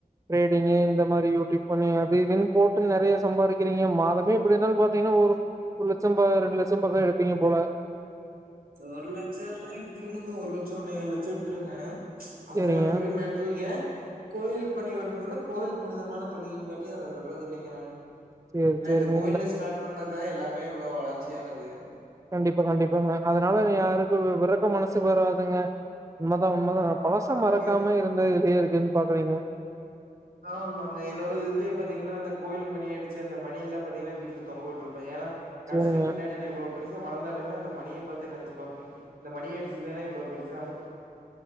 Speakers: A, on the right; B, on the right.
A: டிரேடிங்கு இந்த மாரி யூடிப் பண்ணி அது இதுன்னு போட்டு நெறைய சம்பாதிக்கிறீங்க மாதமே ப்படி இருந்தாலு பாத்தீங்னா ஒரு ஒரு லட்சம் பா ரெண்டு லட்சம் பக்கா எடுப்பிங்க போல
B: ஒரு லட்சோ எல்லா எடுத்தணுங்க ஒரு லட்சோ ஒன்னேகால் லட்சோ எடுத்துடேங்க அதுலா
A: சேரிங்க
B: பெரிய மேட்டர் இல்லேங்க கோயில் பணி விட்றதுனா கோயில் புனிதமான தொழிலுங்காட்டியு அத விட்றது இல்லீங்க நானு
A: சேரி
B: எனா
A: சேரிங்க
B: இந்த கோய்ல ஸ்டாட் பண்ணதா எல்லாமே இவ்ளோ வளர்ச்சியானது
A: கண்டிப்பா கண்டிப்பாங்க அதனால யாருக்கு விறக்க மனசு வராதுங்க உண்மதா உண்மதா
B: ஆமா
A: பழச
B: ஆமாங்க
A: மறக்காம இருந்த இதே இருக்குன் பாக்றீங்க
B: ஆமாங்க என்னோட இதுலே பாத்தீங்னா அந்த கோயில் மணி அடிச்சு அந்த மணி இல்லா பாத்தீங்னா வீட்ல தொங்க வுட்ருப்ப ஏனா கடசில
A: சேரிங்க
B: பின்னாடி நா இவ்ளோ பெருசா வளந்தாலுமே அந்த மணிய பத்தி நெனச்சு பாப்ப இந்த மணிய அடிச்சுதானே இவ்ளோ பெருசானோ